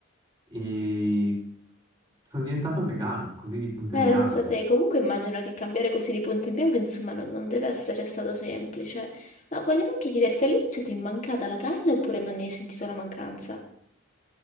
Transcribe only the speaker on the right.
E sono diventato vegano, così di punto
in bianco.